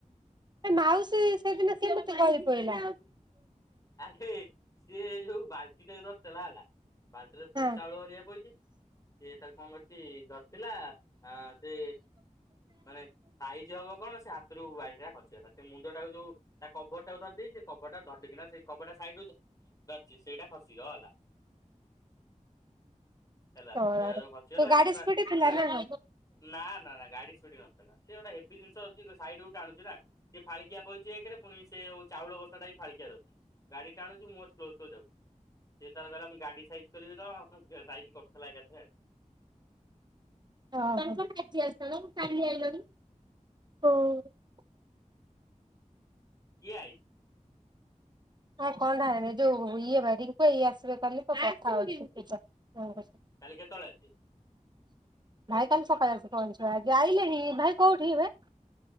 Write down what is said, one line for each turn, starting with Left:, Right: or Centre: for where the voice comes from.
Right: ସେ ମାଉସୀ ସେଦିନ କେମିତି ଗଳି ପଇଲା?
Left: ଆରେ ସିଏ ଯୋଉ ବାଲ୍ଟିଟାକୁ ଧରିଥିଲା ହେଲା ବାଲଟିରେ ଫୁଲ
Right: ହଁ
Left: ଚାଉଳ ହେରିକା ପଇଚି, ସେ ତାକୁ କଣ କରିଚି ଧରି ଥିଲା ଅଂ ସେ ମାନେ ସାଇଜ ହବ କଣ ସେ ହାତରୁ ବାଲଟିଟା ଖସିଗଲା। ସେ ମୁଣ୍ଡଟାକୁ ଯୋଉ ତା କଭରଟାକୁ ଧରିଦେଇଚି, ସେ କଭରଟା ଧଡ୍ କିନା ସେ କଭରଟା ସାଇଡରୁ ଧରିଚି ସେଇଟା ଖସିଗଲା। ହେଲା
Right: ତୋ
Left: ସେଇଟା ଯୋଉ ଖସିଗଲା
Right: ତୋ
Left: <unintelligible>
Right: ଗାଡି ସ୍ପିଡ ଥିଲା ନା କଣ?
Left: ନା ନା ନା ଗାଡି ସ୍ପୀଡି ନଥିଲା, ସିଏ ଗୋଟେ ହେବି ଜିନିଷ ଅଛି ସାଇଡକୁ ଟାଣୁଚି ନା, ସିଏ ଫାଳିକିଆ ବଇଚି ଏକରେ, ପୁଣି ସେଉ ଚାଉଳ ବସ୍ତାଟା ବି ଫାଳିକିଆରେ ଅଛି। ଗାଡ଼ି ଟାଣୁଚି ମୁଁ ମୋର ସ୍ଲୋ ସ୍ଲୋ ଯାଉଛି। ସେ ତାର କହିଲା, ମୁଁ ଗାଣ୍ଡୀ ସାଇଜ କରିବି କଣ ସାଇଜ କରୁଥିଲା ଏକାଥରେ ଆଉ।
Right: <inaudible> <unintelligible>
Left: କିଏ ଆଇଚି?
Right: ହଁ କଣ ଟା ଯୋଉ ଇଏ ବା ରିଙ୍କୁ ଭାଇ ଆସିବେ କାଲି ତ କଥା ହଉଛି, <unintelligible>
Left: କାଲି କେତେବେଳେ ଆସିବେ?
Right: ଭାଇ କାଲି ସକାଳେ ଆସି ପହଞ୍ଚିବ। ଆଜି ଆଇଲେଣି ଭାଇ କୋଉଠି ଏବେ?